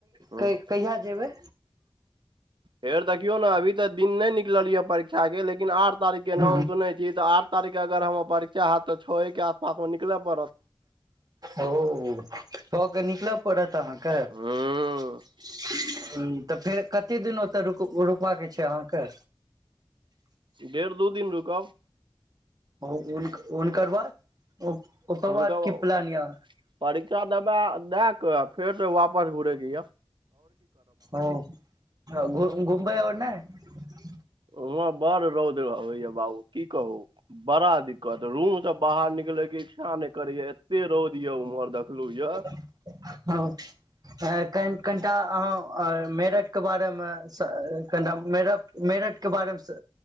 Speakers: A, on the right; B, on the right.
A: ह
B: कहिया जेबै
A: फेर देखियौ ने अभी तऽ दिन नहि निकलल ये परीक्षा के लेकिन आठ तारीख के
B: ओ
A: नाम सुनै छी तऽ आठ तारीख के अग र हमर परीक्षा हयत तऽ छए के आसपास मे निकल पड़त
B: ओ कऽ के निकल पड़त अहाँके
A: ह
B: ह्म तऽ फेर कते दिन ओत रु रुकबा के छै अहाँके
A: डेढ़ दू दिन रुकब
B: ओ उनक उनकर बाद ओ ओकर
A: हुनकर
B: बाद की प्लान य
A: परीक्षा तऽ दा दा को फेर त वापस घुरे केया
B: ओ घ घुघुमबै ओरनहि
A: उहँ बर रौद रह बाबु की कहू बड़ा दिक्कत रूम से बाहर निकलैके ना नहि करे या एते रौद यऽ उम्हर देखलुया
B: हँ हँ कनि कनिटा अहँ मेरठ के बारे मे से कनि मेरठ मे मेरठ के बारेमे से